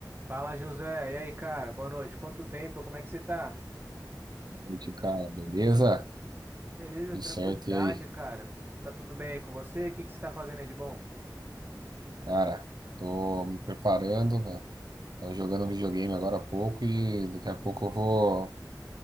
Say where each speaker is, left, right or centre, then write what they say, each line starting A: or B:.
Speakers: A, on the right (about 30°); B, on the right (about 70°).
A: Fala, José. E aí, cara? Boa noite. Quanto tempo? Como é que você tá?
B: noite, cara. Beleza?
A: Beleza,
B: Tudo
A: tranquilidade,
B: certo. E aí?
A: cara. Tá tudo bem aí com você? O que que você tá fazendo aí de bom?
B: Cara, tô me preparando, né? Tava jogando videogame agora há pouco e daqui a pouco eu vou.